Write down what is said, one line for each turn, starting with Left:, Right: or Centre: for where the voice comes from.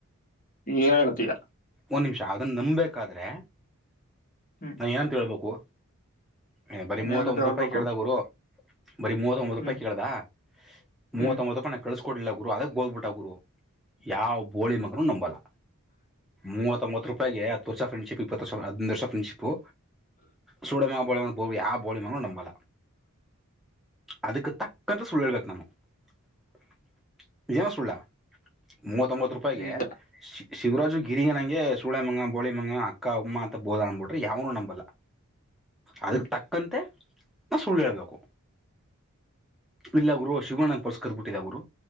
Left: ಏ ಎಳತಿರ
Centre: ಒಂದು ನಿಮಿಷ ಅದನ್ನು ನಂಬಬೇಕಾದ್ರೆ
Left: ಹ್ಮ್
Centre: ನಾನ ಏನಂತೇಬೇಕು ಏ ಬರಿ ಮೂವತ್ತೊಂದಂದು
Left: ಏನಂತ ಹೇಳ್ಬೇಕು
Centre: ರೂಪಾಯಿ ಕೇಳ್ದಾಗ ಗುರು ಬರೀ ಮೂವತ್ತ ಒಂಬತ್ತು ರೂಪಾಯಿ
Left: ಹ್ಮ್
Centre: ಕೇಳದಾ ಮೂವತ್ತೊಂಬತ್ತು
Left: ಹ್ಮ್
Centre: ರೂಪಾಯಿ ನಾು ಕಳಿಸ್ಕೊಡ್ಿಲ್ಲ ಗುರು ಅದಕ್ಕೆ ಬೋಗದ್ಬಿಟ್ಟ ಗುರು ಯಾವ ಬೋಳಿ ಮಗನೂ ನಂಬಲ್ಲ ಮೂವತ್ತೊತ್ತ್ತು ರೂಪಾಯಗೆ ಹತ್ತು ವರ್ಷ ಫ್ರೆಂಡ್ಶಿಪ್ ಇಪ್ಪತ್ತು ವರ್ಷ ಹದಿನೊಂದು ವರ್ಷ ಫ್ರೆ್ಿು ಸೂಳೆಮಗ ಬೋಳಿಮಗ ಯ ಬೋಳಿ ಮಗನು ನಂಬಲ್ಲ ಅದಕ್ಕೆ ತಕ್ಕಂತ ಸುಳ್ಳು ಹೇಳ್ಬೇಕು ನಾನುೇನ ಸುಳ್ಳ ಮೂವತ್ತೊಂಬತ್ತು ರೂಪಾಯಿಗೆ
Left: ನಿಜ
Centre: ಸಿ ಶಿವರಾಜು ಗಿರಿಯ ನಂಗೆ ಸುಳೆಮಂಗ ಬೋಳಿಮಂಗ ಅಕ್ಕ ಅಮ್ಮ ಅಂತ ಬೋದ ಅಂದಬಿಟ್ರೆ ಯ್ನುೂ ನಂಬಬಲ್ಲ ಅದಕ್ಕೆ
Left: ಹ್ಮ್
Centre: ತಕ್ಕಂತೆ ನಾ ಸುಳ್ಳು ಹೇಳ್ಬೇಕು ಇಲ್ಲ ಗುರು ಶಿವಣ್ಣ ಪೋರ್ಸ್ಕದ್ ಬಿಟ್ಟಿದ ಗುರು